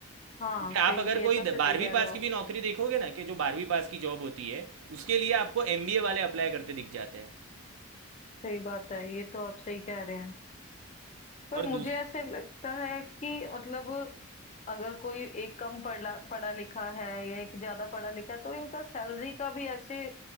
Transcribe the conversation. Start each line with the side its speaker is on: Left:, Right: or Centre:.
Left: हाँ
Right: क्योंकि
Left: सही
Right: आप अगर कोई
Left: ये तो
Right: द-
Left: सही
Right: बारहवीं
Left: कह
Right: पास
Left: रहे हो
Right: की
Left: आप
Right: भी नौकरी देखोगे ना कि जो बारहवीं पास की जॉब होती है उसके लिए आपको एमबीए वाले अप्लाई करते दिख जाते हैं
Left: सही बात है ये तो आप सही कह रहे हैं पर
Right: और
Left: मुझे
Right: दूस
Left: ऐसे लगता है कि मतलब अगर कोई एक कम पढ़ा पढ़ा लिखा है या एक ज्यादा पढ़ा लिखा है तो इनका सैलरी का भी ऐसे